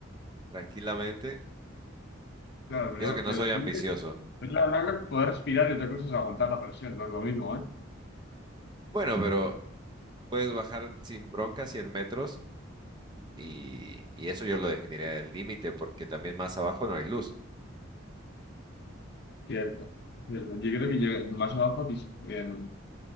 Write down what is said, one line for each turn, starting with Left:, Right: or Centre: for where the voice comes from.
Right: tranquilamente.
Left: Claro, pero,
Right: Y eso que no
Left: pero
Right: soy
Left: tú
Right: ambicioso.
Left: La verdad es poder respirar y otra cosa es aguantar la presión, no es lo mismo, ¿eh?
Right: Bueno, pero puedes bajar sin bronca 100 metros y, y eso yo lo definiría el límite porque también más abajo no hay luz.
Left: Cierto. Cierto. Yo creo que llega- más abajo dis- em,